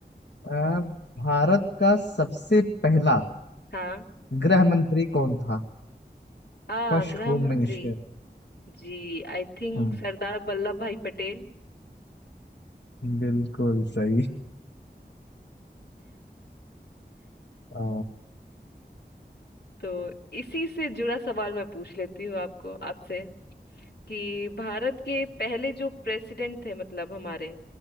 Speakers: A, on the left; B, on the left.
A: अ, भारत का सबसे पहला
B: हाँ
A: गृह मंत्री कौन था
B: आ
A: First
B: गृह
A: home
B: मंत्री
A: minister
B: जी आई थिंक
A: हम्म
B: सरदार वल्लभ भाई पटेल
A: बिल्कुल सही अ,
B: तो इसी से जुड़ा सवाल मैं पूछ लेती हूँ आपको आपसे कि भारत के पहले जो प्रेसिडेंट थे मतलब हमारे